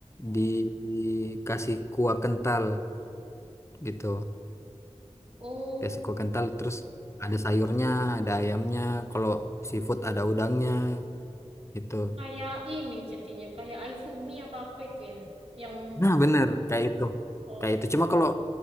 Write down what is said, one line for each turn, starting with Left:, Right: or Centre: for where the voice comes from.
Left: di, dikasih kuah kental gitu.
Right: Oh,
Left: Kasih kuah kental. Terus ada sayurnya, ada ayamnya. Kalau seafood ada udangnya gitu.
Right: kayak ini jadinya kayak iFumi apa apa itu ya, yang
Left: Nah, bener kayak itu.
Right: oh
Left: Kayak itu. Cuma
Right: gitu.
Left: kalau